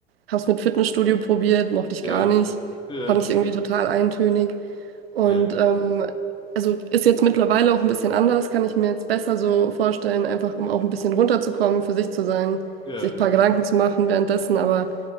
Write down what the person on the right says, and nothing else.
Habe es mit Fitnessstudio probiert, mochte ich
gar nicht.
Fand ich irgendwie total eintönig. Und
ähm, also ist jetzt mittlerweile auch ein bisschen anders, kann ich mir jetzt besser so vorstellen, einfach um auch ein bisschen runterzukommen, für sich zu sein,
sich ein paar Gedanken zu machen währenddessen. Aber